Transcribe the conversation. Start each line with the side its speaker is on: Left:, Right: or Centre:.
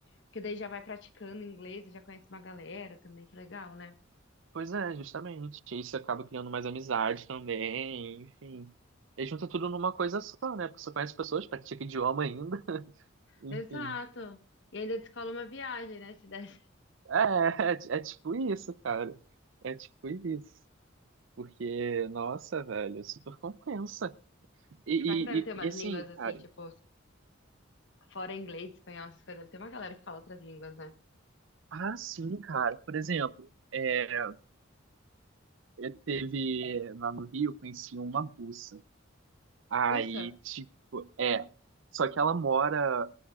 Left: Porque daí já vai praticando inglês, e já conhece uma galera também, que legal, né?
Right: Pois é, justamente. Isso acaba criando mais amizade também, enfim. E junta tudo numa coisa só, né? Porque você conhece pessoas, pratica idioma ainda, <laughs> enfim.
Left: Exato. E ainda descola uma viagem, né? Se desse.
Right: É, é, é tipo isso, cara. É tipo isso. Porque, nossa, velho, é super compensa.
Left: <laughs>
Right: E,
Left: Será que deve ter
Right: e,
Left: umas
Right: e assim,
Left: línguas assim,
Right: cara.
Left: tipo, fora inglês, espanhol, essas coisas? Deve ter uma galera que fala outras línguas, né?
Right: Ah, sim, cara. Por exemplo, é, eu teve lá no Rio, eu conheci uma russa. Aí,
Left: Russa?
Right: tipo, é. Só que ela mora.